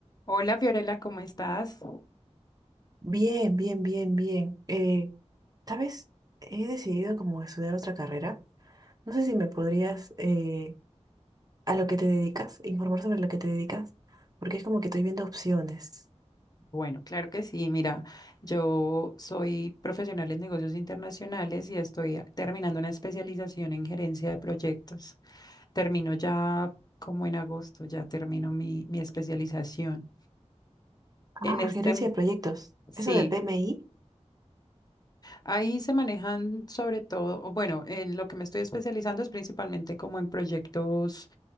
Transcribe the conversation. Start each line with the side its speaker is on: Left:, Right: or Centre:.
Left: Hola Fiorella, ¿cómo estás?
Right: Bien, bien, bien, bien. Eh, ¿sabes? He decidido como estudiar otra carrera. No sé si me podrías, eh, a lo que te dedicas, informar sobre lo que te dedicas, porque es como que estoy viendo opciones.
Left: Bueno, claro que sí. Mira, yo soy profesional en negocios internacionales y estoy a- terminando una especialización en gerencia de proyectos. Termino ya como en agosto, ya termino mi, mi especialización.
Right: Ah,
Left: En este,
Right: gerencia
Left: Mm.
Right: de proyectos.
Left: sí,
Right: Eso de PMI.
Left: ahí se manejan sobre todo, o bueno, en lo que me estoy especializando es principalmente como en proyectos